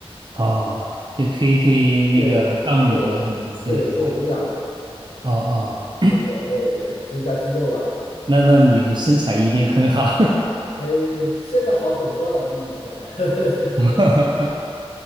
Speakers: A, on the right; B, on the left.
A: 哦，就推一推那个杠铃啊什么之类的是吧？
B: 对，做对做无氧
A: 哦哦，
B: 会比较多一点，增加肌肉吧。
A: 那那你的身材一定很好。
B: 哎，现在好很多了，比以前，<laughs> 就是
A: <laughs>